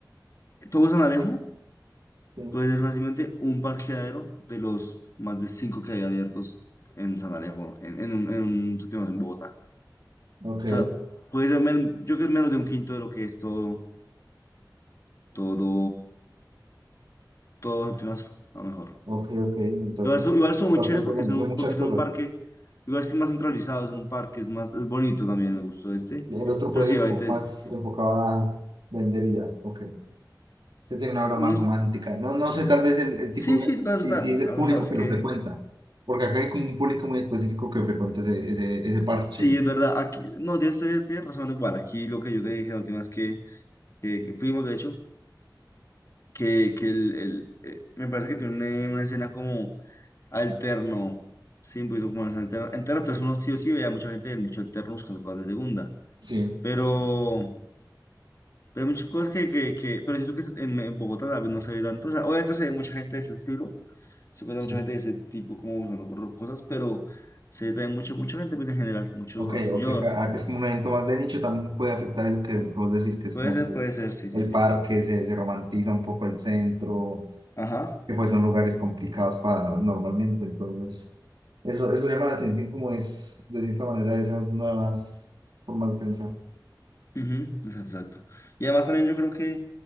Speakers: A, on the left (about 40°); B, on the right (about 70°).
A: todo San Alejo
B: Sí.
A: Puede ser fácilmente un parqueadero de los más de cinco que hay abiertos en San Alejo, en, en un, en un sitio más en Bogotá.
B: Ok,
A: O sea, puede ser, men- yo creo que es menos de un quinto de lo que es todo, todo, todo séptimo Mazo, a lo mejor.
B: Ok, ok, entonces
A: Igual eso, igual eso muy
B: bastante
A: chévere porque
B: bueno,
A: es en
B: son
A: un,
B: muchas
A: porque es
B: cosas.
A: en un parque, igual es que es más centralizado, es en un parque, es más, es bonito también, me gustó este.
B: Y El otro
A: Pero
B: puede
A: sí,
B: ser
A: obviamente
B: un poco más
A: es,
B: enfocado a vender y ya, ok. Usted tiene
A: sí,
B: una obra
A: no,
B: más romántica. No, no sé, tal vez el, el
A: sí,
B: tipo, de-
A: sí, total,
B: si,
A: total,
B: si es el
A: a
B: público
A: lo mejor, es
B: que
A: que
B: lo frecuenta, porque acá hay como un público muy específico que frecuenta ese, ese, ese parche.
A: sí, es verdad, aquí, no, tienes, tienes tienes razón, igual, aquí lo que yo te dije la última vez que que, que fuimos, de hecho, que, que el, el, eh, me parece que tiene una, una escena como alterno, sí, un poquito como más alterna. Entera, entonces uno sí o sí veía mucha gente en dicho alterno buscando cosas de segunda,
B: Sí,
A: pero, pero hay muchas cosas que, que, que pero siento que en, en Bogotá tal vez no se ve tanto, o sea, obviamente se ve mucha gente de ese estilo, se encuentra
B: sí.
A: mucha gente de ese tipo como buscando cor- cosas, pero se ve también mucho, mucha gente pues en general, mucho
B: Ok,
A: al señor,
B: ok, acá, acá es como un evento más de nicho, también puede afectar eso que vos decís, que es
A: puede
B: como
A: ser, puede ser, sí,
B: el
A: sí, sí,
B: parque, se, se romantiza un poco el centro.
A: ajá,
B: que pues son lugares complicados para normalmente. Entonces, eso, eso llama la atención como es, de cierta manera, esas nuevas formas de pensar.
A: ujú, exacto, exacto. Y además también yo creo que